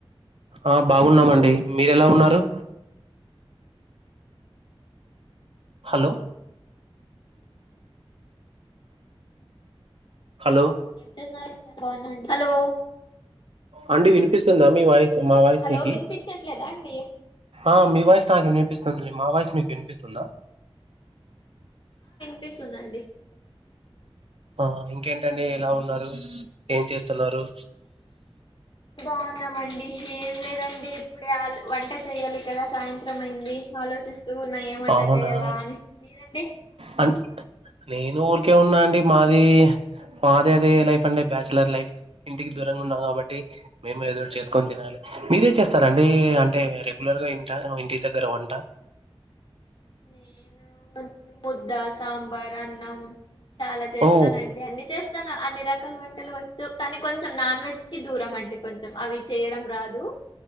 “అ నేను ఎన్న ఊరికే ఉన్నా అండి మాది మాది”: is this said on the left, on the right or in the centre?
Right